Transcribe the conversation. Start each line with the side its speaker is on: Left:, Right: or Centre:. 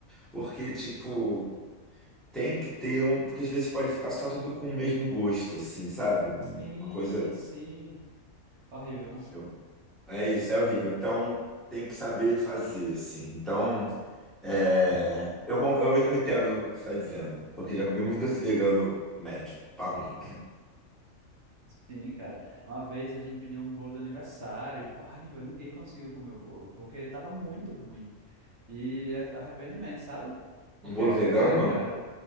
Centre: Porque, tipo, tem que ter um. Porque às vezes pode ficar só tudo com o mesmo gosto, assim, sabe?
Right: Sim,
Centre: Uma coisa.
Right: sim. Horrível.
Centre: eu- É isso, é horrível. Então, tem que saber fazer, assim. Então. É, eu, con- eu, eu entendo o que você está dizendo, porque já comi muito desse vegano médio, pá ruim.
Right: Sim, cara. Uma vez a gente pediu um bolo de aniversário. Horrível, ninguém conseguiu comer o bolo, porque tava muito ruim. E é arrependimento, sabe? Porque,
Centre: Um bolo vegano?
Right: ai, cara,